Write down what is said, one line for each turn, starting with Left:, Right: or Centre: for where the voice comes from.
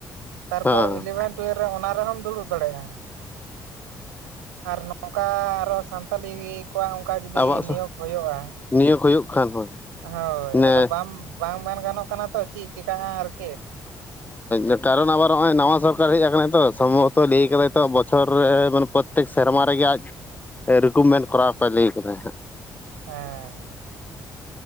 Right: ᱛᱟᱨᱯᱚᱨ
Left: ᱦᱮᱸ
Right: ᱤᱞᱮᱵᱷᱮᱱ ᱴᱩᱭᱮᱞ ᱨᱮ ᱚᱱᱟ ᱨᱮᱦᱚᱢ ᱫᱩᱲᱩᱵ ᱫᱟᱲᱮᱭᱟᱜᱼᱟ ᱟᱨ ᱱᱚᱝᱠᱟ ᱟᱨᱚ ᱥᱟᱱᱛᱟᱞᱤ ᱠᱚᱣᱟ ᱚᱱᱠᱟ ᱡᱩᱫᱤ
Left: ᱟᱵᱚᱣᱟᱜ
Right: ᱱᱤᱭᱳᱜᱽ
Left: ᱥᱟ
Right: ᱦᱩᱭᱩᱜᱼᱟ
Left: ᱱᱤᱭᱟᱹ ᱠᱚ ᱦᱩᱭᱩᱜ ᱠᱷᱟᱱ ᱦᱳᱭ
Right: ᱦᱳᱭ
Left: ᱱᱮ
Right: ᱟᱫᱚ ᱵᱟᱝ ᱵᱟᱝ ᱢᱮᱱ ᱜᱟᱱᱚᱜ ᱠᱟᱱᱟ ᱛᱚ ᱪᱮᱫ ᱪᱤᱠᱟᱹᱜᱼᱟ ᱟᱨᱠᱤ
Left: ᱚ ᱠᱟᱨᱚᱱ ᱟᱵᱟᱨ ᱱᱚᱜᱼᱚᱭ ᱱᱟᱣᱟ ᱥᱚᱨᱠᱟᱨ ᱦᱮᱡ ᱟᱠᱟᱱᱟᱭ ᱛᱚ ᱥᱚᱢᱵᱷᱚᱵᱚᱛᱚ ᱞᱟᱹᱭ ᱠᱟᱫᱟᱭ ᱛᱚ ᱵᱚᱪᱷᱚᱨ ᱨᱮ ᱢᱟᱱᱮ ᱯᱨᱚᱛᱛᱮᱠ ᱥᱮᱨᱢᱟ ᱨᱮᱜᱮ ᱟᱡ ᱨᱤᱠᱩᱢᱮᱱ ᱠᱚᱨᱟᱣᱯᱟᱭ ᱞᱟᱹᱭ ᱟᱠᱟᱫᱟᱭ ᱦᱟᱸᱜ
Right: ᱦᱮᱸ